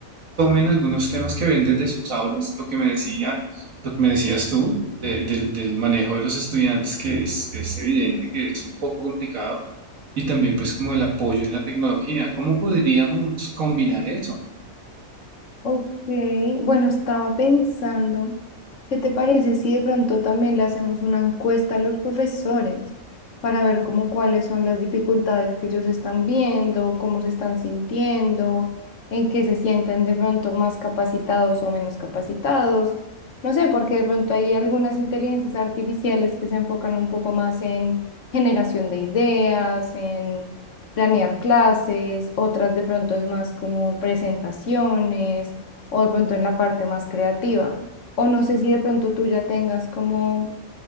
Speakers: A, on the right (about 65°); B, on the left (about 60°).
A: tomen algunos temas que ven desde sus aulas, lo que me decía, lo que me decías tú de- del del manejo de los estudiantes, que es, es evidente que es un poco complicado, y también pues como el apoyo en la tecnología. ¿Cómo podríamos combinar eso?
B: Ok, bueno, estaba pensando, ¿qué te parece si de pronto también le hacemos una encuesta a los profesores para ver cómo cuáles son las dificultades que ellos están viendo, cómo se están sintiendo, en qué se sienten de pronto más capacitados o menos capacitados? No sé, porque de pronto hay algunas inteligencias artificiales que se enfocan un poco más en generación de ideas, en planear clases, otras de pronto es más como presentaciones o de pronto en la parte más creativa. O no sé si de pronto tú ya tengas como